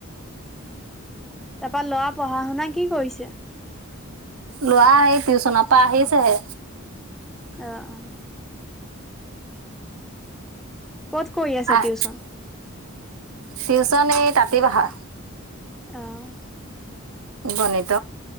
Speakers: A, in the centre; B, on the right (about 80°).
A: এইবাৰ ল'ৰাই পঢ়া-শুনা কি কৰিছে?
B: ল'ৰা এই টিউচনৰ পৰা আহিছেহে।
A: অ'। ক'ত কৰি আছে
B: আহ
A: টিউচন?
B: টিউচন এই তাতি-পাহা।
A: অহ'।
B: গণিত।